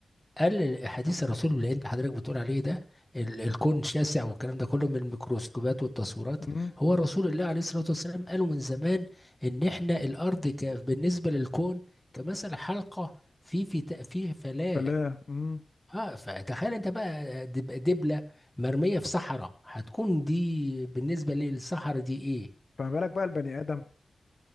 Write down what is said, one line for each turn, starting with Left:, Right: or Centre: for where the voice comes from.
Centre: قال حديث الرسول اللي انت حضرتك بتقول عليه ده ال- الكون شاسع والكلام ده كله من الميكروسكوبات والتصويرات
Left: امم.
Centre: هو رسول الله عليه الصلاة والسلام قالوا من زمان ان احنا الارض ك... بالنسبة للكون كمثل حلقة في في ت- في فلاة
Left: فلا امم.
Centre: اه فتخيل انت بقى دب... دبلة مرمية في صحراء هتكون دي بالنسبة للصحراء دي ايه
Left: فما بالك بقى البني ادم